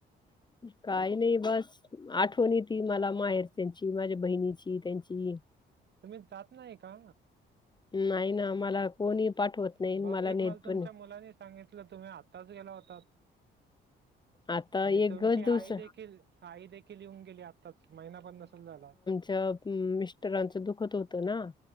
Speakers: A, on the left; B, on the right.
A: काही नाही बस आठवणी ती मला माहेर त्यांची माझ्या बहिणीची त्यांची
B: तुम्ही जात नाही का?
A: नाही ना मला कोणी पाठवत. नाही
B: बहुतेक
A: मला नेत
B: माल तुमच्या
A: पण नाही.
B: मुलांनी सांगितलं तुम्ही आत्ताच गेला होता.
A: आता
B: आणि
A: एकच
B: तुमची आई
A: दिवस
B: देखील आई देखील येऊन गेली आत्ताच महिना पण नसेल झाला.
A: च मिस्टरांचं दुःखत होतं ना